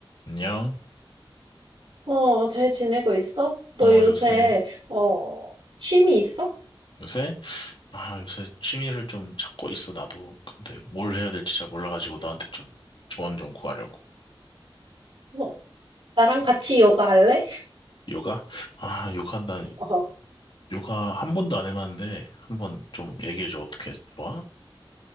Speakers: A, on the left; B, on the right.
A: 안녕.
B: 어, 잘 지내고 있어? 너
A: 어,
B: 요새,
A: 요새,
B: 어, 취미 있어?
A: 요새? 아, 요새 취미를 좀 찾고 있어, 나도. 근데 뭘 해야 될지 잘 몰라가지고 나한테 좀 조언 좀 구하려고.
B: 뭐, 나랑 같이 요가 할래?
A: 요가? 아, 요가, 나
B: 어,
A: 요가 한 번도 안 해봤는데, 한 번 좀 얘기해줘. 어떻게 좋아?